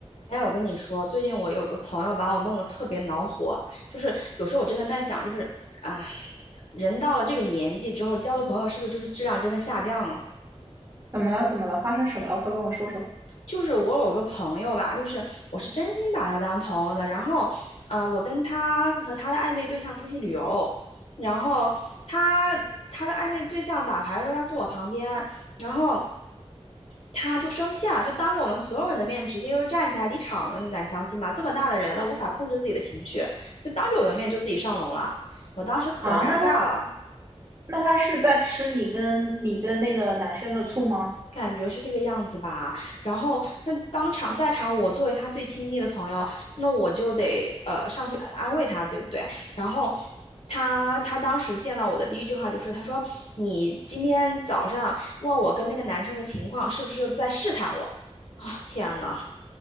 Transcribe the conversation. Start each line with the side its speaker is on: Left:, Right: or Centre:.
Left: 哎，我跟你说，最近我有一个朋友把我弄得特别恼火，就是有时候我真的在想，就是，唉，人到了这个年纪之后，交的朋友是不是就是质量真的下降了？
Right: 怎么了？怎么了？发生什么了？快跟我说说
Left: 就是我有个朋友吧，就是我是真心把他当朋友的，然后，呃，我跟他和他的暧昧对象出去旅游，然后他他的暧昧对象打牌的时候要坐我旁边，然后。他就生气了，就当着我们所有人的面直接就站起来离场了，你敢相信吗？这么大的人了，无法控制自己的情绪，就当着我的面就自己上楼了。我当时可尴尬了，
Right: 啊！那他那他是在吃你跟你跟那个男生的醋吗？
Left: 感觉是这个样子吧。然后那当场在场，我作为他最亲密的朋友，那我就得呃上去安慰他，对不对？然后他他当时见到我的第一句话就是他说：“你今天早上问我跟那个男生的情况，是不是在试探我？”啊，天呐！